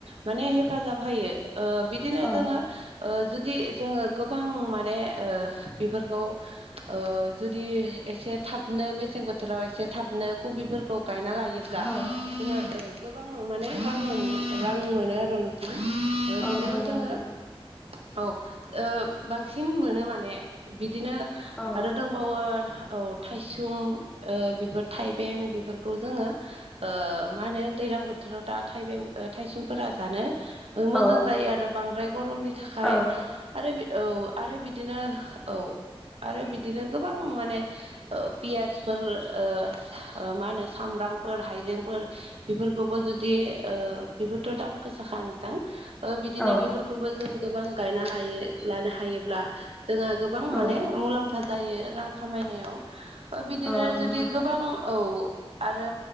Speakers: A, on the right; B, in the centre.
A: माने हेफाजाब होयो ओ बिदिनो
B: औ
A: जोङो ओ जुदि जोङो गोबां माने ओ बेफोरखौ ओ जुदि एसे थाबनो मेसें बोथोराव एसे थाबनो कबिफोरखौ गायना लायो ब्ला
B: औ
A: जोङो औ गोबां माने रां मोन रां मोनो आरो ओ
B: औ
A: बिदिनो
B: नंगौ
A: जोङो
B: नोंथां
A: औ ओ बांसिन मोनो माने बिदिनो
B: औ
A: आरो दोंबावो औ थाइसुम ओ बेफोर थाइबें बेफोरखौ जोङो ओ मा होनो दैलां बोथोराव दा थाइबें थाइसुमफोरा जानो ओ मोजां
B: औ
A: जायो आरो बांद्राय गरमनि थाखाय
B: औ
A: आरो औ आरो आरो बिदिनो औ आरो बिदिनो गोबां माने ओ पियासफोर ओ ओ मा होनो सामब्रामफोर हाइजेंफोर बेफोरखौबो जुदि ओ बेफोरथ' दाम गोसाखा नोंथां बिदिनो
B: औ
A: बेफोर खौबो जों गोबां गायना लायो लानो हायोब्ला जोंहा गोबां
B: औ
A: माने मुलाम्फा जायो रां खामायनायाव ओ बिदिनो
B: औ नंगौ
A: जुदि
B: नोंथां
A: गोबां औ आरो